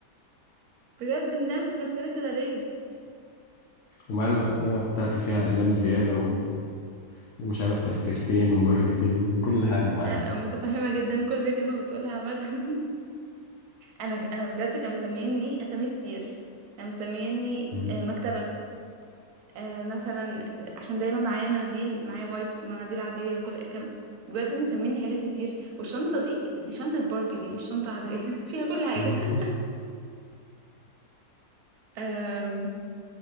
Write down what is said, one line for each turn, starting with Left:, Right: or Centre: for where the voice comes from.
Right: بجد بنعمل في نفسنا كده ليه
Left: ومعايا المقلمة بتاعتي فيها أقلام زيادة و... ومش عارف أستيرتين وبرقتين كل
Right: ايوه
Left: حاجة
Right: أيوة.
Left: معايا
Right: أنا متفهمه جدا كل كلمه بتقولها عامه <laughs> انا انا بجد كان مسميني اسامي كتير كان مسميني
Left: مم.
Right: آه، مكتبه آه مثلا د- عشان دايما معايا مناديل معايا وايبس ومناديل عادية وكل كم بجد مسميني حاجات كتير والشنطة دي دي شنطة باربي دي مش شنطة عادية <laughs> فيها كل حاجة
Left: مم.
Right: <laughs> آم